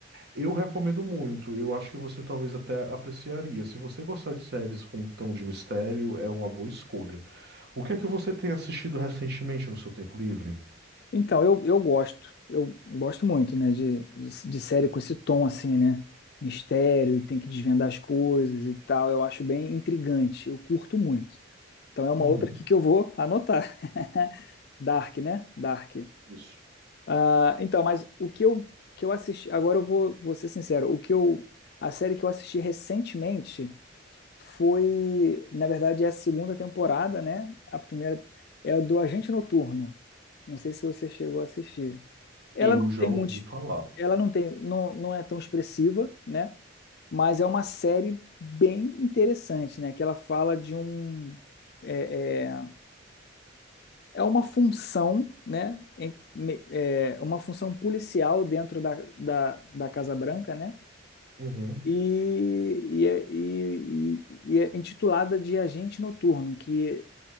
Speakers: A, on the right; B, on the left.
A: Eu recomendo muito. Eu acho que você talvez até apreciaria. Se você gostar de séries com tom de mistério, é uma boa escolha. O que é que você tem assistido recentemente no seu tempo livre?
B: Então, eu, eu gosto, eu gosto muito, né, de, de, de série com esse tom assim, né, mistério e tem que desvendar as coisas e tal, eu acho bem intrigante, eu curto muito. Então é uma
A: Uhum.
B: outra aqui que eu vou anotar. <laughs> Dark, né? Dark.
A: Isso.
B: Ah, então, mas o que eu, que eu assisti, agora eu vou, vou ser sincero, o que eu, a série que eu assisti recentemente foi, na verdade, é a segunda temporada, né? A primeira é a do Agente Noturno. Não sei se você chegou a assistir. Ela
A: Eu
B: não
A: já
B: tem
A: ouvi
B: muito,
A: falar.
B: ela não tem, não, não é tão expressiva, né? Mas é uma série bem interessante, né? Que ela fala de um é, é, é uma função, né? Ent- me- É uma função policial dentro da, da, da Casa Branca, né?
A: Uhum.
B: E, e, é- e, e- e é intitulada de Agente Noturno, que